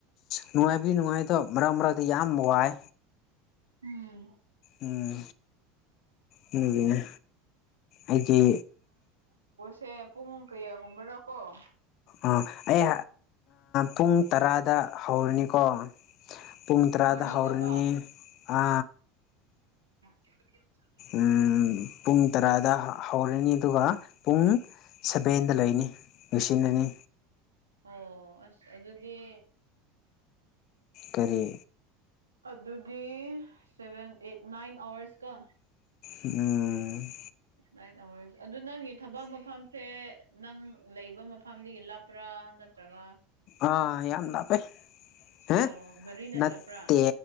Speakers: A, on the left; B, on the right.
A: ꯅꯨꯡꯉꯥꯏꯕꯗꯤ ꯅꯨꯡꯉꯥꯏꯗ ꯃꯔꯥꯡ ꯃꯔꯥꯡꯗꯤ ꯌꯥꯝ ꯋꯥꯏ
B: ꯎꯝ
A: ꯎꯝ ꯌꯦꯗꯒꯤꯅꯦ ꯑꯩꯒꯤ
B: ꯁꯦ ꯄꯨꯡ ꯀꯌꯥꯒꯨꯝꯕꯔꯥꯀꯣ
A: ꯑꯣ ꯑꯩ ꯄꯨꯡ ꯇꯔꯥꯗ ꯍꯧꯔꯅꯤꯀꯣ ꯄꯨꯡ ꯇꯔꯥꯗ
B: ꯃꯣꯔꯅꯤꯡꯗꯀꯣ
A: ꯍꯧꯥꯎꯔꯤꯅꯤ ꯑ
B: <unintelligible>
A: ꯎ ꯄꯨꯡ ꯇꯔꯥꯗ ꯍꯧꯔꯅꯤ ꯑꯗꯨꯒ ꯄꯨꯡ ꯁꯚꯦꯟꯗ ꯂꯩꯅꯤ ꯂꯣꯏꯁꯤꯟꯅꯅꯤ
B: ꯑꯣ ꯑꯁ ꯑꯗꯨꯗꯤ
A: ꯀꯔꯤ
B: ꯑꯗꯨꯗꯤ ꯁꯦꯚꯦꯟ ꯑꯦ ꯅꯥꯏꯟ ꯑꯋꯔꯁ ꯀ
A: ꯎꯝ
B: ꯅꯥꯏꯟ ꯑꯋꯥꯔꯁ ꯑꯗꯨ ꯅꯪꯒꯤ ꯊꯕꯛ ꯃꯐꯝꯁꯦ ꯅꯪ ꯂꯩꯕ ꯃꯐꯝꯗꯒꯤ ꯂꯞꯄ꯭ꯔꯥ ꯅꯠꯇ꯭ꯔꯒ
A: ꯑꯥ ꯌꯥꯝꯗꯥ ꯄꯦ ꯍꯥ
B: ꯑꯣ ꯒꯥꯔꯤꯅ
A: ꯅꯠꯇꯦ
B: ꯆꯠꯄ꯭ꯔꯥ